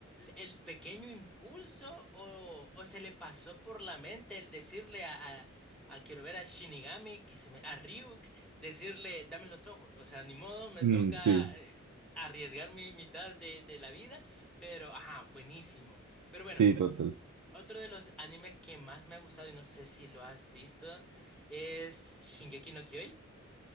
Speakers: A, in the centre; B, on the right (about 80°).
A: el pequeño impulso o, o se le pasó por la mente el decirle a, a, a quiero ver al Shinigami, que se me, a Ryuk decirle, dame los ojos, o sea, ni modo, me
B: Mm,
A: toca,
B: sí,
A: eh, arriesgar mi mitad de, de la vida, pero ajá, buenísimo. Pero
B: sí,
A: bueno,
B: total.
A: otro de los animes que más me ha gustado y no sé si lo has visto es Shingeki no Kyojin.